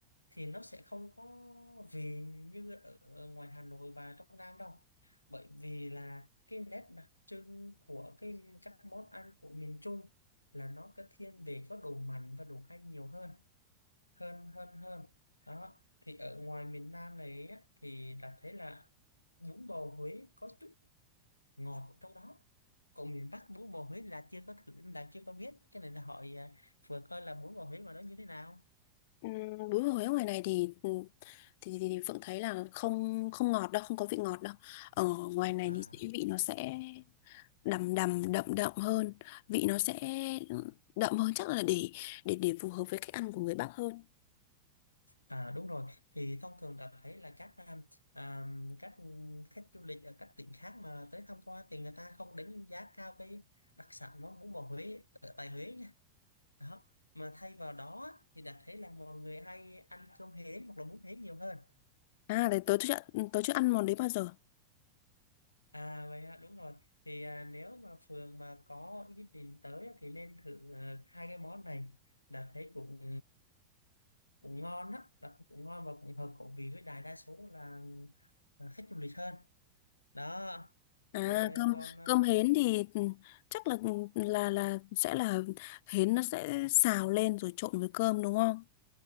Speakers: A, on the left; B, on the left.
A: thì nó sẽ không có vị như ở ở ngoài Hà Nội và trong Nam đâu bởi vì là cái nét đặc trưng của cái các món ăn của miền Trung là nó có thiên về có đồ mặn và đồ canh nhiều hơn hơn hơn hơn đó thì ở ngoài miền Nam này á, thì đã thấy là bún bò Huế có chút ngọt ở trong đó còn miền Bắc bún bò Huế là chưa có thử là chưa có biết cái này là hỏi à, vừa coi là bún bò Huế mà nó như thế nào
B: Ừ, bún bò Huế ngoài này thì ừ, thì, thì, thì Phượng thấy là không không ngọt đâu, không có vị ngọt đâu. Ở ngoài này
A: à
B: thì sẽ vị nó sẽ đầm đầm đậm đậm hơn, vị nó sẽ ừ, đậm hơn chắc là để để để phù hợp với cách ăn của người Bắc hơn.
A: à đúng rồi thì thông thường đã thấy là các à, à, các khách du lịch ở các tỉnh khác mà tới tham quan thì người ta không đánh giá cao cái đặc sản món bún bò Huế ở tại Huế nha đó mà thay vào đó thì đã thấy là mọi người hay ăn cơm hến hoặc là bún hến nhiều hơn
B: À, đấy tớ chưa tớ chưa ăn món đấy bao giờ.
A: À vậy ạ, đúng rồi. Thì à, nếu mà Phường mà có ý định tới á, thì nên thử à, hai cái món này. Đặt thấy cũng cũng ngon á, đặt thấy cũng ngon và cũng hợp khẩu vị với đại đa số là à, khách du lịch hơn. Đó,
B: À,
A: rồi
B: cơm
A: à, còn à,
B: cơm hến thì ừ, chắc là ừ, là là sẽ là hến nó sẽ xào lên rồi trộn với cơm đúng không?